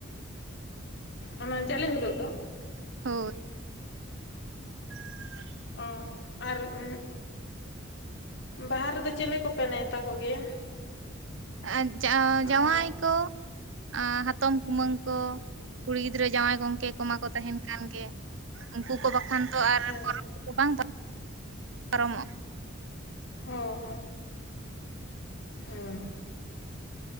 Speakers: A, on the left; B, on the right.
A: ᱚᱱᱟ ᱡᱟᱞᱮ ᱦᱤᱞᱚᱜ ᱫᱚ
B: ᱦᱚᱭ <inaudible>
A: ᱚ ᱟᱨ ᱩ ᱵᱟᱦᱟ ᱨᱮᱫᱚ ᱪᱤᱞᱮ ᱠᱚᱯᱮ ᱱᱮᱣᱛᱟ ᱠᱚᱜᱮᱭᱟ?
B: ᱟᱸ ᱡᱟᱶᱟ
A: ᱢᱟᱱᱮ
B: ᱡᱟᱶᱟᱭ ᱠᱚ᱾ <unintelligible> ᱦᱟᱛᱚᱢ ᱠᱩᱢᱟᱹᱝ ᱠᱚ ᱠᱩᱲᱤ ᱜᱤᱫᱽᱨᱟᱹ ᱡᱟᱶᱟᱭ ᱜᱚᱝᱠᱮ ᱠᱚᱢᱟ ᱠᱚ ᱛᱟᱦᱮᱱ ᱠᱟᱱ ᱜᱮ᱾ ᱩᱱᱠᱩ ᱠᱚ ᱵᱟᱠᱷᱟᱱ ᱫᱚ ᱟᱨ
A: ᱦᱮᱸ
B: ᱯᱚᱨᱚᱵ ᱠᱚᱫᱚ ᱵᱟᱝ ᱯᱟᱨᱚᱢᱚᱜᱼᱟ᱾
A: ᱦᱚᱸ ᱦᱚᱸ ᱦᱮᱸ